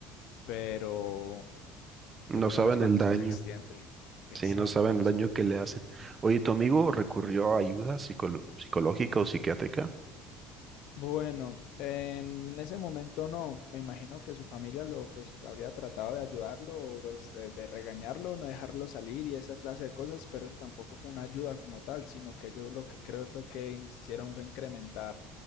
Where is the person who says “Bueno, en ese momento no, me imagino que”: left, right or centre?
Left